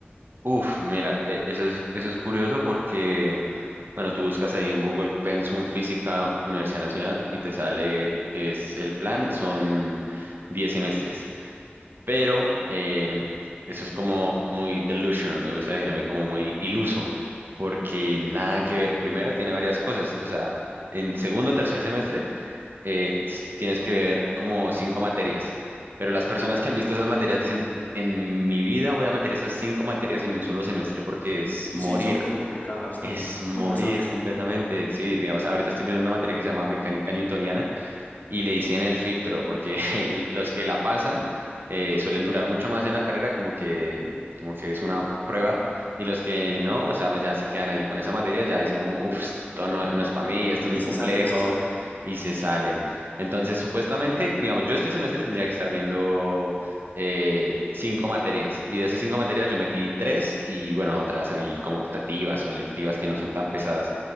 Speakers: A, on the right; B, on the left.
A: Uf, mira, e- eso es, eso es curioso porque, bueno, tú buscas ahí en Google Pensum Física Universidad Nacional y te sale que es el plan, son 10 semestres, pero eh, eso es como muy delusional, me gusta decir a mí como muy iluso, porque nada que ver, primero tiene varias cosas, o sea, en segundo o tercer semestre eh, s- tienes que ver como cinco materias, pero las personas que han visto esas materias dicen, en mi vida voy a meter esas cinco materias en un solo semestre porque es
B: Sí,
A: morir,
B: sí, son muy complicadas,
A: <laughs>
B: ¿no?
A: es morir
B: Muy pesadas.
A: completamente. Sí, digamos, ahorita estoy viendo una materia que se llama mecánica newtoniana y le dicen el filtro, porque <laughs> el- los que la pasan eh, suelen durar mucho más en la carrera, como que, como que es una prueba, y los que no, o sea, pues ya se quedan ahí con esa materia, ya dicen como, uff, esto no, no es para mí, esto es
B: Y
A: muy
B: se
A: complejo,
B: salen, se salen.
A: y se salen. Entonces, supuestamente, digamos, yo este semestre tendría que estar viendo eh, cinco materias, y de esas cinco materias yo metí tres, y bueno, otras ahí como optativas o electivas que no son tan pesadas.